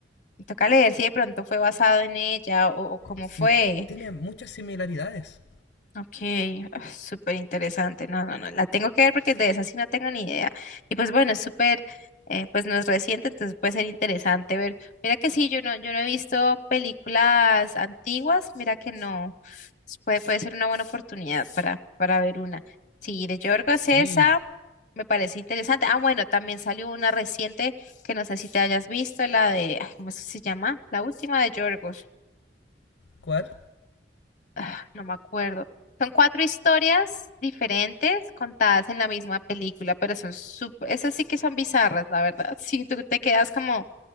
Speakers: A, on the left (about 45°); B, on the left (about 65°).
A: Toca leer si de pronto fue basado en ella o, o cómo
B: Sí,
A: fue.
B: tiene muchas similaridades.
A: Ok, ah, súper interesante. No, no, no, la tengo que ver porque de esa sí no tengo ni idea. Y pues bueno, es súper, eh, pues no es reciente, entonces puede ser interesante ver. Mira que sí, yo no, yo no he visto películas antiguas, mira que no. s- Puede, puede ser una buena oportunidad para, para ver una. Sí, de Yorgos
B: Sí.
A: esa me parece interesante. Ah, bueno, también salió una reciente que no sé si te hayas visto, la de, ay, ¿cómo es que se llama? La última de Yorgos
B: ¿Cuál?
A: ah, no me acuerdo. Son cuatro historias diferentes contadas en la misma película, pero son súper, esas sí que son bizarras, la verdad. <laughs> Sí, tú te quedas como,